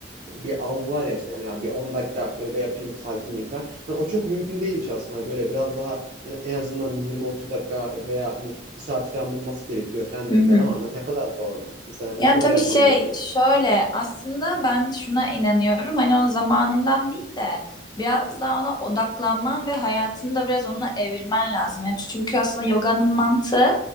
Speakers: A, on the right (about 45°); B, on the left (about 25°).
A: bir algı var ya işte hani bir 10 dakika yoga yapayım sakinleyeyim falan. Hani o çok mümkün değilmiş aslında. Hani böyle biraz daha en, azından bir 20-30 dakika veya hani bir saati falan bulması gerekiyor falan
B: Hı
A: dediler
B: hı.
A: ama ne kadar doğru? Mesela hani
B: Yani
A: ne kadar
B: tabii
A: yapman
B: şey
A: gerekiyor?
B: şöyle aslında ben şuna inanıyorum hani onun zamanından değil de biraz daha ona odaklanman ve hayatını da biraz ona evirmen lazım. Yani çünkü aslında yoganın mantığı